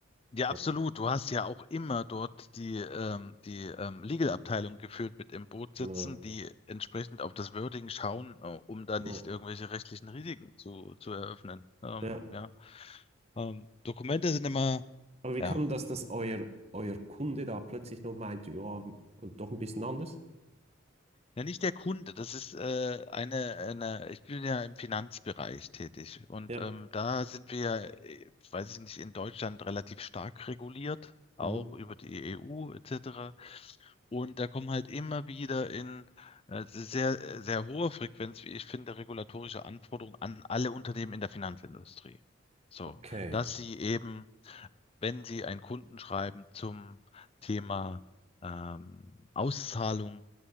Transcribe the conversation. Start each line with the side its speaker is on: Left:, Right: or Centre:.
Left: Ja,
Right: Ja,
Left: absolut. Du hast ja auch immer dort die, ähm, die ähm, Legal-Abteilung geführt mit im Boot sitzen,
Right: ja,
Left: die entsprechend auf das Wording schauen, äh, um da nicht
Right: ja.
Left: irgendwelche rechtlichen Risiken zu, zu eröffnen. Ähm,
Right: Ja.
Left: ja. Ähm, Dokumente sind immer,
Right: Aber wie
Left: ja,
Right: kann das, dass euer, euer Kunde da plötzlich noch meinte, ja, doch ein bisschen anders?
Left: ja, nicht der Kunde. Das ist äh, eine, eine, ich bin ja im Finanzbereich tätig und
Right: Ja.
Left: ähm, da sind wir, ja, äh, weiß ich nicht, in Deutschland relativ stark reguliert, auch
Right: Mhm.
Left: über die EU etc. Und da kommen halt immer wieder in äh, sehr, sehr hohe Frequenz, wie ich finde, regulatorische Anforderungen an alle Unternehmen in der Finanzindustrie. So,
Right: Okay.
Left: dass sie eben, wenn sie ein Kundenschreiben zum Thema ähm, Auszahlung